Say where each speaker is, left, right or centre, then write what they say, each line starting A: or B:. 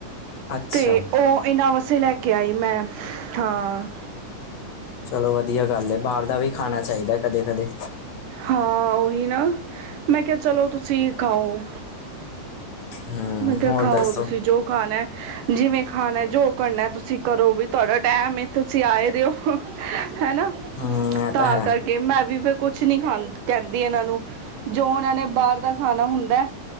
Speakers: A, on the left; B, on the right.
A: ਅੱਛਾ
B: ਤੇ ਉਹ ਇਨਾਂ ਵਸੇ ਲੈ ਕੇ ਕੇ ਆਈ ਮੈਂ, ਹਾਂ।
A: ਚਲੋ ਵਧੀਆ ਗੱਲ ਏ ਬਾਹਰ ਦਾ ਵੀ ਖਾਣਾ ਚਾਹੀਦਾ ਕਦੇ -ਕਦੇ।
B: ਹਾਂ ਉਹੀ ਨਾ, ਮੈਂ ਕਿਹਾ ਚਲੋ ਤੁਸੀਂ ਖਾਓ।
A: ਹਮ
B: ਮੈਂ ਕਿਆ
A: ਹੋਰ
B: ਖਾਓ
A: ਦੱਸੋ
B: ਤੁਸੀਂ ਜੋ ਖਾਣਾ ਐ। ਜਿਵੇਂ ਖਾਣਾ ਜੋ ਕਰਨਾ ਤੁਸੀਂ ਕਰੋ ਵੀ ਤੁਹਾਡਾ ਟੈਮ ਤੁਸੀਂ ਆਏ ਵੇ ਓ, ਹਨਾ।
A: ਹੂੰ ਇਹ
B: ਤਾਂ
A: ਹੈ
B: ਕਰਕੇ ਮੈਂ ਵੀ ਫੇਰ ਕੁਛ ਕੁਛ ਨੀ ਖਾ ਕਹਿੰਦੀ ਇਹਨਾਂ ਨੂੰ, ਜੋ ਇਨਾਂ ਨੇ ਬਾਹਰ ਦਾ ਖਾਣਾ ਹੁੰਦਾ